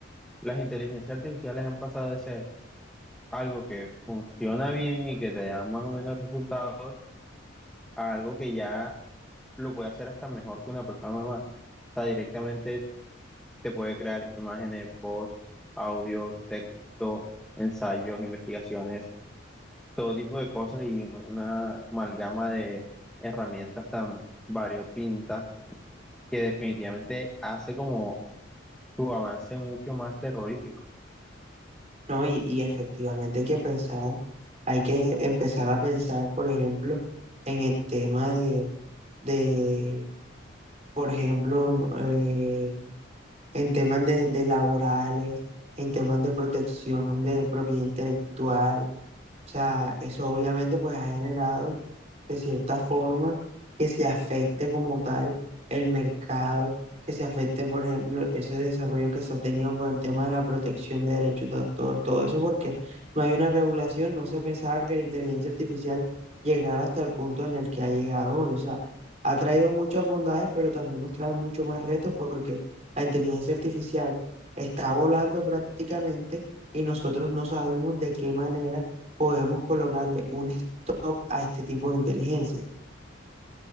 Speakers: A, in the centre; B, on the right.
A: las inteligencias artificiales han pasado de ser algo que funciona bien y que te da más o menos resultados a algo que ya lo puede hacer hasta mejor que una persona normal. O sea, directamente te puede crear imágenes, voz, audio, texto, ensayos, investigaciones, todo tipo de cosas y una amalgama de herramientas tan variopintas que definitivamente hace como tu avance mucho más terrorífico.
B: ¿no? Y, y efectivamente hay que pensar, hay que empezar a pensar, por ejemplo, en el tema de, de por ejemplo, eh, en temas de, de laborales, en temas de protección de propiedad intelectual O sea, eso obviamente pues ha generado de cierta forma que se afecte como tal el mercado, que se afecte, por ejemplo, ese desarrollo que se ha tenido con el tema de la protección de derechos de autor, todo eso porque no hay una regulación, no se pensaba que la inteligencia artificial llegara hasta el punto en el que ha llegado hoy. O sea, ha traído muchas bondades, pero también nos trae mucho más retos porque la inteligencia artificial está volando prácticamente y nosotros no sabemos de qué manera podemos colocarle un stop a este tipo de inteligencia.